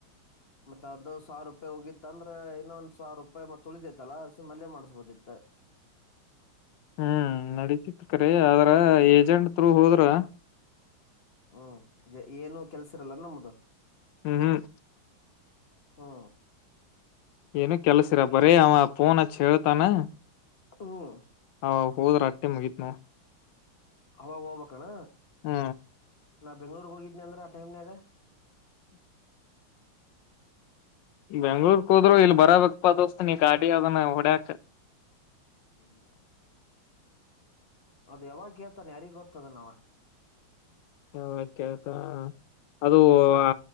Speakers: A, on the left; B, on the left.
A: ಮತ್ತತ್ ಅದು ಸಾವಿರ ರೂಪಾಯಿ ಹೋಗಿತ್ತ ಅಂದ್ರೆ ಇನ್ನೊಂದ ಸಾವರ ರೂಪಾಯಿ ಮತ್ ಉಳಿದೈತಲ್ಲ ಸು ಮನೆ ಮಾಡಿಸಬೋದಿತ್ತ
B: ಹ್ಮ್ ನಡೀತಿತ್ತು ಕರಿ ಆದ್ರ ಏಜೆಂಟ್ ೂ ಹೋದ್ರ
A: ಹ್ಮ್ ಏನು ಕೆಲ್ಸಿರಲ್ಲ ನಮ್ದು
B: ಹ್ಮ್ ಹ್ಮ್
A: ಹಾ
B: ಏನು ಕೆಲಸಿರ ಬರೀ ಅವ ಫೋನ್ಚ್ಚ ಹಳ್ತಾನೆ
A: ಹ್ಮ್
B: ಹಾ ಹೋದ್ರ ಅಟ್ಟೆ ಮುಗೀತ್ ನಾವು
A: ಅವಾಗ ಹೋಗ್ಬಣ
B: ಹ್ಮ
A: ನಾ ಬೆಂಗ್ಳೂರ್ಗ್ ಹೋಗಿದ್ನಿ ಅಂದ್ರ ಆ ಟೈಮ್ನಗ
B: ಬೆಂಗ್ಳೂರ್ಕ್ ಹೋದ್ರು ಇಲ್ ಬರಬೇಕಪ್ಪ ದೋಸ್ತ ನೀ ಕಾಟಿ ಅದನ ಹೊಡ್ಯಾ
A: ಇಲ್ಲ ಅದ ಯಾವಾಗ ಹೇಳ್ತಾನೆ ಯಾರಿಗ್ ಗೊತ್ತದನವ
B: ಹೌತ್ತತಾ ಅದು
A: ಮತ್ತ
B: ಹಾ